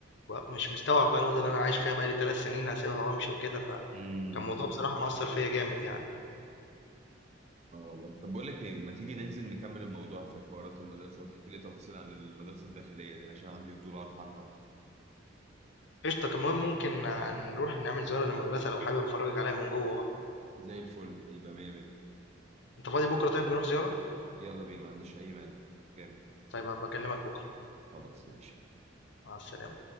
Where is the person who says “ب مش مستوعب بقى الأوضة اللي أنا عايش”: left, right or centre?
Left